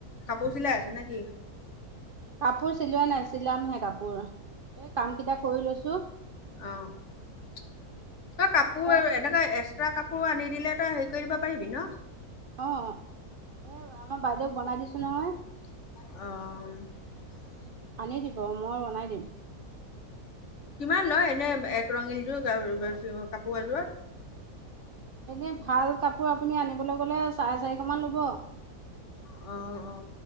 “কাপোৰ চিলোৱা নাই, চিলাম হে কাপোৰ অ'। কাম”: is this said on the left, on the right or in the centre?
Right